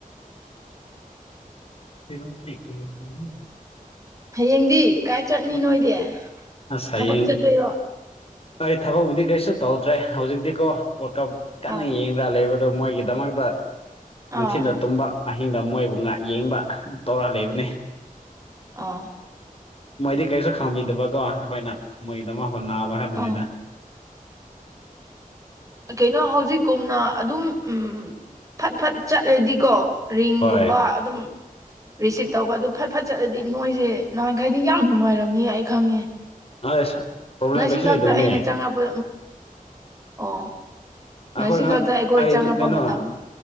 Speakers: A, on the left (about 40°); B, on the right (about 20°).
A: ꯐꯔ ꯂ ꯎ
B: ꯍꯌꯦꯡꯗꯤ ꯀꯥꯏ ꯆꯠꯅꯤ ꯅꯣꯏꯗꯤ
A: ꯑꯁ ꯍꯌꯦꯡ
B: ꯊꯕꯛ ꯆꯠꯇꯣꯏꯔꯣ
A: ꯑꯩ ꯊꯕꯛꯄꯨꯗꯤ ꯀꯩꯁꯨ ꯇꯧꯗ꯭ꯔꯦ ꯍꯧꯖꯤꯛꯇꯤꯀꯣ ꯋꯥꯀꯞ ꯀꯟꯅ
B: ꯑꯥ
A: ꯌꯦꯡꯉ ꯈ ꯂꯩꯕꯗꯣ ꯃꯣꯏꯒꯤꯗꯃꯛꯇ ꯅꯨꯡꯊꯤꯅ
B: ꯑꯥ
A: ꯇꯨꯝꯕ ꯃꯍꯤꯡꯗ ꯃꯣꯏꯕꯨ ꯉꯥꯏ ꯌꯦꯡꯕ ꯑꯗꯨ ꯇꯧꯔ ꯂꯩꯕꯅꯦ
B: ꯑꯣꯥ
A: ꯃꯣꯏꯗꯤ ꯀꯩꯁꯨ ꯈꯥꯡꯝꯕꯤꯗꯕꯀꯣ ꯑꯩꯈꯣꯏꯅ ꯃꯣꯏꯒꯤꯗꯃ ꯍ ꯅꯥꯕ ꯈꯛꯇꯅꯤꯅ
B: ꯑꯥ ꯀꯩꯅꯣ ꯍꯧꯖꯤꯛꯀꯧꯅ ꯑꯗꯨꯝ ꯎꯝ ꯐꯠ ꯐꯠ ꯆꯠꯂꯗꯤꯀꯣ ꯔꯤꯡꯒꯨꯝꯕ
A: ꯍꯣꯏ
B: ꯑꯗꯨꯝ ꯔꯤꯁꯤꯞ ꯇꯧꯕ ꯑꯗꯨ ꯐ ꯐꯠ ꯆꯠꯂꯗꯤ ꯅꯣꯏꯁꯦ ꯅꯍꯥꯟꯈꯩꯗꯤ ꯌꯥꯝ ꯅꯨꯡꯉꯥꯏꯔꯝꯅꯤ ꯑꯩ ꯈꯪꯉꯦ
A: ꯑꯁ ꯄ꯭ꯔꯣꯕ꯭ꯂꯦꯝ
B: ꯉꯁꯤ
A: ꯀꯩꯁꯨ
B: ꯈꯛꯇ
A: ꯂꯩꯇꯕꯅꯦ
B: ꯑꯩꯅ ꯆꯪꯉꯛꯄ ꯑꯣ ꯉꯁꯤ
A: ꯑꯩꯈꯣꯏ ꯉ
B: ꯈꯛꯇ ꯑꯩꯈꯣꯏ
A: ꯑꯩ
B: ꯆꯪꯉꯛꯄ
A: ꯀꯩꯅꯣ
B: ꯃꯇꯝ